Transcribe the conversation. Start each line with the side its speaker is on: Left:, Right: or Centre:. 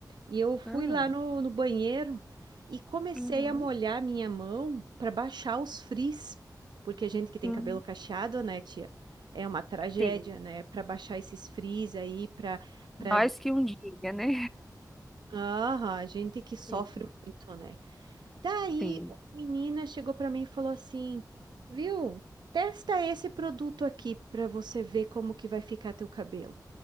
Right: E eu fui
Centre: Ah,
Right: lá no, no banheiro e comecei
Centre: Uhum.
Right: a molhar minha mão para baixar os frizz, porque a gente que tem
Centre: hum,
Right: cabelo cacheado, né, tia, é uma tragédia,
Centre: sim.
Right: né, para baixar esses frizz aí para
Centre: Nós
Right: para
Centre: que um dia, né?
Right: Aham, a gente que sofre
Centre: Sim.
Right: muito, né? Daí
Centre: Sim.
Right: uma menina chegou para mim e falou assim: "Viu? Testa esse produto aqui para você ver como que vai ficar teu cabelo".